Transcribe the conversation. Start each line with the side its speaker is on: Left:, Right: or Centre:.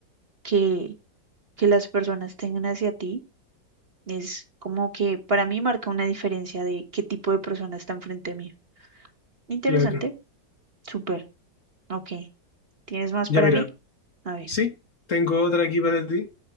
Right: que, que las personas tengan hacia ti, es como que para mí marca una diferencia de qué tipo de persona está enfrente mío. Interesante,
Left: Claro.
Right: súper, ok. ¿Tienes más
Left: Ya
Right: para
Left: mira,
Right: mí? A ver.
Left: sí, tengo otra aquí para ti.